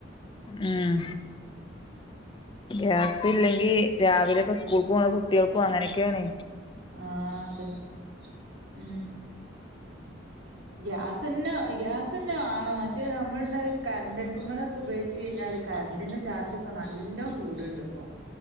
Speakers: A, on the left (about 25°); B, on the right (about 70°).
A: ഉം ഗ്യാസ് ഇല്ലെങ്കി രാവിലെ ഒക്കെ സ്കൂൾക്ക് പോണ കുട്ട്യൾക്കും അങ്ങനെക്കെയാണ്.
B: ആഹ് അതന്നെ ഉം ഗ്യാസന്നെ ഗ്യാസന്നെ വാണം മറ്റേ നമ്മള ണ്ട് കർണ്ട് അട്പ്പ്മലൊക്കെ ഉപയോഗിച്ച് കഴിഞ്ഞാല് കർണ്ടിന്റെ ചാർജ് ഒക്കെ നല്ല കൂട്ണ്ട് ഇപ്പോ.